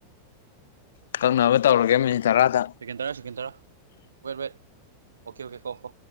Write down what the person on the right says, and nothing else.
ꯁꯦꯀꯦꯟ ꯇꯔꯥ ꯁꯦꯀꯦꯟ ꯇꯔꯥ ꯋꯦꯠ ꯋꯦꯠ ꯑꯣꯀꯦ ꯑꯣꯀꯦ ꯀꯣ ꯀꯣ